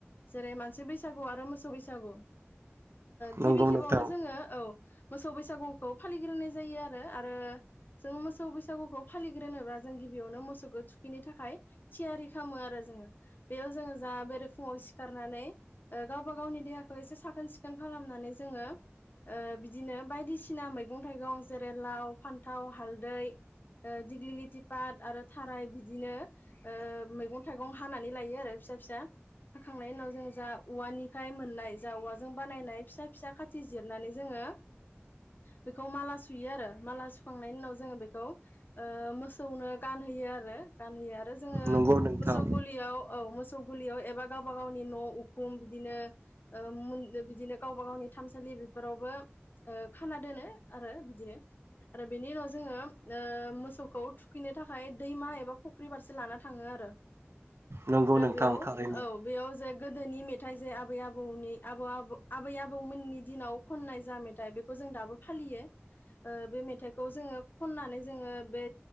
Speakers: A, on the left; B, on the right.
A: जेरै मानसि बैसागु आरो मोसौ बैसागु ओ गिबि
B: नंगौ
A: खेबावनो
B: नोंथां
A: जोङो औ मोसौ बैसागुखौ फालिग्रोनाय जायो आरो आरो जों मोसौ बै सागुखौ फालिग्रोनोबा जों गिबियावनो मोसौखौ थुखिनो थाखाय थियारि खालामो आरो जोङो बेयाव जोङो जा बेरे फुङाव सिखारनानै गावबा गावनि देहाखौ एसे सा खोन सिखोन खालामनानै जोङो ओ बिदिनो बायदिसिना मैगं थाइगं जेरै लाव, फान्थाव, हालदै, दिग्लिलिटि पाट आरो थाराय बिदिनो ओ मैगं थाइगं हानानै लायो आरो फिसा फिसा होखांनायनि उनाव जोङो जा उवानिफ्राय मोननाय जा उवाजों बानायनाइ फिसा पिसा खाथि जिरनानै जोङो बेखौ माला सुयो आरो माला सुखांनायनि उनाव जोङो बेखौ ओ मोस सौनो गानहोयो आरो गानहोयो आ जोङो
B: नंगौ नोंथां
A: मोसौ गलियाव औ मोसौ गलियाव एबा गावबा गावनि न' उखुम बिदिनो ओ मुननो बिदिनो गावबा गावनि थानसालि बेफोरावबो ओ खाना दोनो आरो बिदिनो आरो बेनि उनाव जोङो ओ मोसौखौ थुखैनो थाखाय दैमा एबा फख्रि फारसे लाना थाङो आरो
B: नंगौ
A: रो
B: नोंथां
A: बेयाव
B: थारैनो
A: औ बेयाव जाय गोदोनि मेथाइ जो आब आबै आबौनि आबौ आबौ आबै आबौमोननि दिनाव खननाय जा मेथाइ बेखौ जों दाबो फालियो ओ बे मेथाइखौ जोङो खननानै जोङो बे